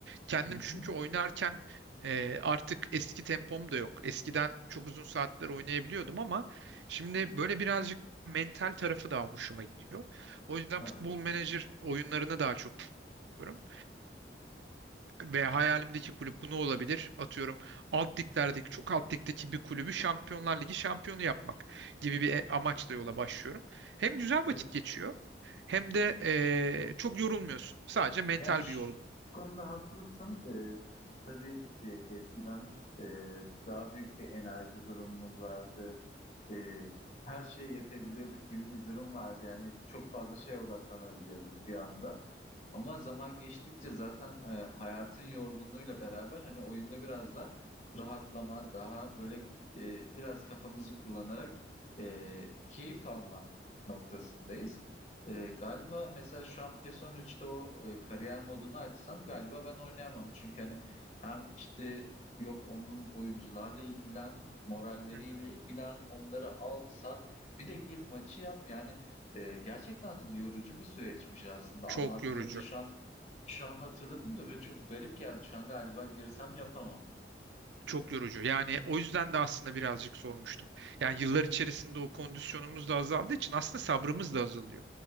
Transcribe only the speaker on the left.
Hı hı.
Hı.
Evet.
Ya şu
konuda haklısın. Ee, tabii e, eskiden e, daha büyük bir enerji durumumuz vardı. Ee, her şeye yetebiliyorduk gibi bir durum vardı. Yani çok fazla şeye odaklanabiliyorduk bir anda. Ama zaman geçtikçe zaten e, hayatın yorgunluğuyla beraber hani oyunda biraz da rahatlama, daha böyle e, biraz kafamızı kullanarak e, keyif alma noktasındayız. E, galiba mesela şu an PES 13'te o e, kariyer modunu açsam galiba ben oynayamam. Çünkü hani hem işte yok onun oyuncularla ilgilen, moralleriyle
ilgilen, onları al, sat, bir de gir maçı yap yani e, gerçekten yorucu bir süreçmiş aslında
anlattığımda
şu an şu an hatırladım da böyle çok garip geldi. Şu an galiba girsem yapamam.